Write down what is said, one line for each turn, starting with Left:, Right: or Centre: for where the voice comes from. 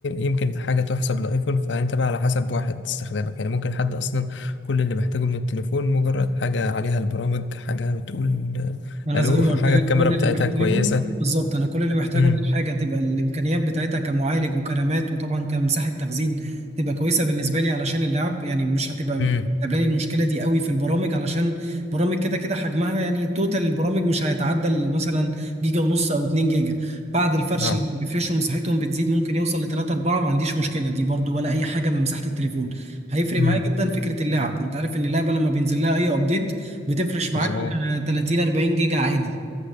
Left: يمكن حاجة تحسب لأيفون فأنت بقى على حسب واحد استخدامك يعني ممكن حد أصلا كل اللي محتاجه من التليفون مجرد حاجة عليها البرامج حاجة بتقول آه،
Right: انا
Left: ألو
Right: زي ما
Left: <laughs> حاجة
Right: قلت لك
Left: الكاميرا
Right: كل
Left: بتاعتها
Right: اللي محتاجه
Left: كويسة
Right: بالظبط انا كل اللي محتاجه
Left: امم
Right: ان الحاجه تبقى الامكانيات بتاعتها كمعالج وكرامات وطبعا كمساحه تخزين تبقى كويسه بالنسبه لي علشان اللعب يعني مش هتبقى
Left: امم
Right: قابلاني المشكله دي قوي في البرامج علشان برامج كده كده حجمها يعني توتال البرامج مش هيتعدى مثلا جيجا ونص او 2 جيجا بعد الفرش
Left: اه
Right: اللي بيفرشوا مساحتهم بتزيد ممكن يوصل ل 3 4 ما عنديش مشكله دي برضو ولا اي حاجه من مساحه التليفون هيفرق
Left: امم
Right: معايا جدا فكره اللعب انت عارف ان اللعبه لما بينزل لها اي ابديت بتفرش معاك
Left: مظبوط
Right: آه، 30 40 جيجا عادي